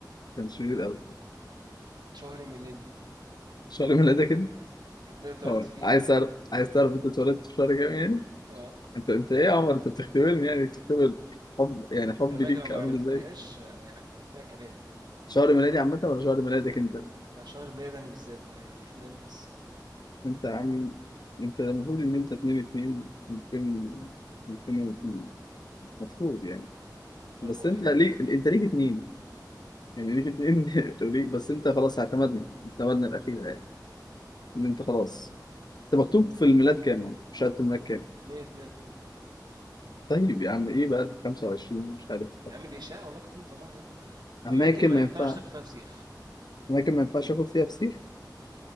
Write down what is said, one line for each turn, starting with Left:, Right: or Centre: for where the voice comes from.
Left: كان شرير قوي
Right: شهر ميلادي
Left: شعري من ايدك
Right: اللي أنا اتولدت
Left: أه
Right: فيه
Left: عايز تعرف عايز تعرف أنت اتولدت في شهر كام يعني؟
Right: اه
Left: أنت أنت إيه يا عمر أنت بتختبرني يعني بتختبر حب يعني حبي
Right: خلي بالك
Left: ليك
Right: لو ما
Left: عامل
Right: عرفتهاش
Left: إزاي؟
Right: آه، يعني فيها كلام
Left: شهر ميلادي عامة ولا شهر ميلادك أنت؟
Right: ده شهر ميلاد أنا بالذات بقى يعني مش ميلادي بس
Left: أنت يا عم أنت المفروض إن أنت 2 2 2000 2002 المفروض يعني
Right: برافو
Left: بس
Right: عليك
Left: أنت ليك أنت ليك اتنين يعني ليك اتنين <laughs> وليك بس أنت خلاص اعتمدنا اعتمدنا الأخيرة يعني إن أنت خلاص أنت مكتوب في الميلاد كام؟ يا عم؟ في شهادة الميلاد كام؟
Right: اتنين اتنين 2002
Left: طيب يا عم إيه بقى 25 مش عارف
Right: يا عم دي إشاعة والله كنت مطلعها كده
Left: أماكن
Right: أماكن ما
Left: ما
Right: ينفعش
Left: ينفع
Right: تاكل فيها فسيخ
Left: أماكن ما ينفعش آكل فيها فسيخ